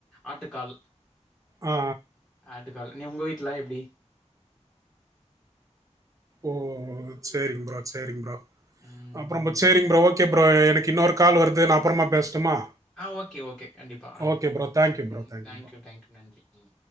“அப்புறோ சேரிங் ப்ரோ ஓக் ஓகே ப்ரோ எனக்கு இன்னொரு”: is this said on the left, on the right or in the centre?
Right